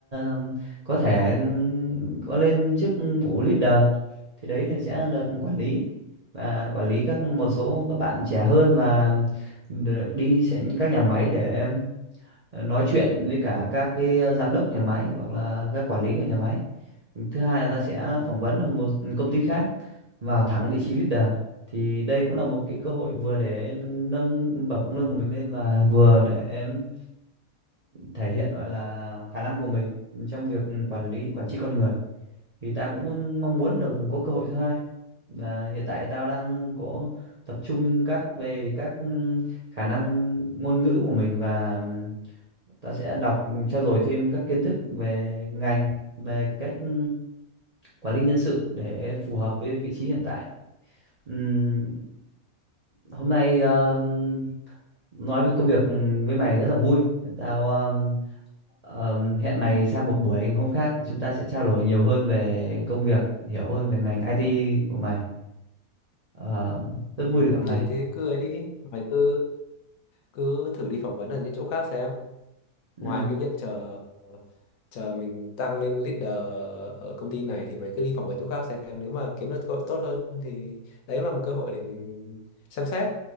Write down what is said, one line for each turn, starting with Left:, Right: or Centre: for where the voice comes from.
Right: um, có thể um, có lên chức vụ leader thì đấy là sẽ là quản lý và quản lý các một số các bạn trẻ hơn và được đi sẽ các nhà máy để ờ, nói chuyện với cả các cái ờ, giám đốc nhà máy hoặc là các quản lý của nhà máy thứ hai là ta sẽ
Left: Ừ.
Right: phỏng vấn ở một công ty khác vào thẳng vị trí leader thì đây cũng là một cái cơ hội vừa để em nâng bậc lương của mình lên và vừa để em thể hiện gọi là khả năng của mình trong việc quản lý quản trị con người thì ta cũng mong muốn được có cơ hội thứ hai và hiện tại tao đang có tập trung các về các khả năng ngôn ngữ của mình và ta sẽ đọc trau dồi thêm các kiến thức về ngành về cách ừ, quản lý nhân sự để phù hợp với vị trí hiện tại Ừm, hôm nay ờm, nói về công việc ừ, với mày rất là vui tao ờm, ờm, hẹn mày sang một buổi hôm khác chúng ta sẽ trao đổi nhiều hơn về công việc hiểu hơn về ngành IT của mày Ờ, rất vui
Left: Ừ.
Right: được gặp mày
Left: Thế, thế cứ ấy đi mày cứ cứ thử đi phỏng vấn ở những chỗ khác xem
Right: Ừm,
Left: ngoài cái việc chờ chờ mình tăng lên leader ở công ty này thì mày cứ đi phỏng vấn chỗ khác xem nếu mà kiếm được cơ hội tốt hơn thì đấy là một cơ hội để mình xem xét